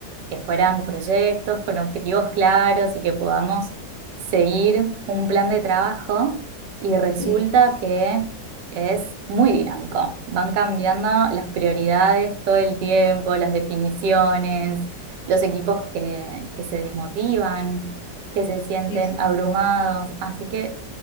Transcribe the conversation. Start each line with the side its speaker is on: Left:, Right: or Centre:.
Right: que fueran proyectos con objetivos claros y que podamos seguir un plan de trabajo y resulta
Left: sí,
Right: que es muy dinámico. Van cambiando las prioridades todo el tiempo, las definiciones, los equipos que, que se desmotivan, que se sienten
Left: sí, sí,
Right: abrumados. Así que